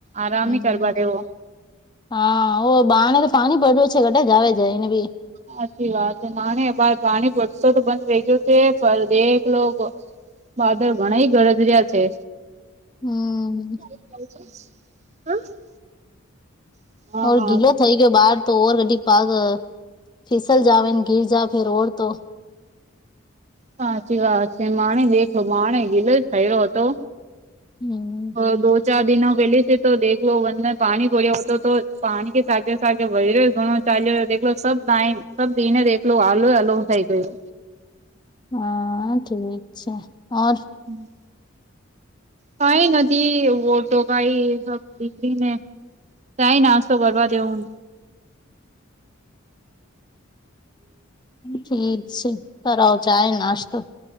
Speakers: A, on the right; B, on the left.
A: આરામ
B: હમ
A: હી કરવા દેવો
B: હા ઓ બાનેતો પાણી પડ્યું છે, કટે જાવે જઈને બી.
A: હાછી વાત છે, માની બાર પાણી પડતો તો બંધ વેહી ગયો છે, પણ એકેલો. બાદળ ઘણાઇ ગરજરિયા છે.
B: હમ્મ
A: <unintelligible> હા
B: ઓર ગીલો થઈ ગયો બાર તો ઓર ગાડી પાગ, ફીસલ જાવાન ગિરજા ફિર ઓર તો.
A: સાચી વાત છે, માણે દેખલો માણે ગીલેજ થયો હતો.
B: હમ્મ
A: ઓર દો ચાર દિનો વેલી છે તો દેવો વંદન પાણી ભડ્યા હો તો તો પાણી કે. સાકે સાકે વહીરોએ ઘણો ચાલ્યો, દેખો સબ ડાઈ સબ દીને દેખલો આલો અલોગ થઈ ગયો.
B: હા ઠીક છે. ઓર
A: હમ્મ કાઈ નથી વોટો કાઈ એ સબ દીકરી ને. ચાય નાશતો કરવા દેવુન.
B: ઠીક છે તરાવ ચાય નાશતો.